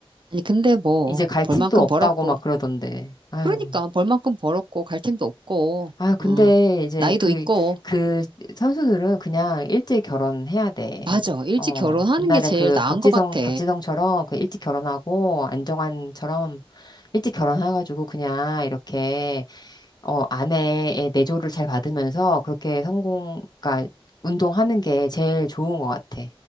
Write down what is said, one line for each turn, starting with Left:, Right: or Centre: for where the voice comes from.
Right: 아니 근데 뭐
Left: 이제 갈
Right: 벌만큼
Left: 팀도 없다고
Right: 벌었고.
Left: 막 그러던데. 아유.
Right: 그러니까 벌 만큼 벌었고 갈 팀도 없고
Left: 아유, 근데
Right: 어,
Left: 이제
Right: 나이도
Left: 그,
Right: 있고
Left: 그 선수들은 그냥 일찍 결혼해야 돼.
Right: 맞아 일찍
Left: 어,
Right: 결혼하는
Left: 옛날에
Right: 게 제일
Left: 그
Right: 나은
Left: 박지성,
Right: 것 같아
Left: 박지성처럼 그 일찍 결혼하고 안정환처럼 일찍 결혼해가지고 그냥 이렇게, 어, 아내의 내조를 잘 받으면서 그렇게 성공, 그러니까 운동하는 게 제일 좋은 것 같아.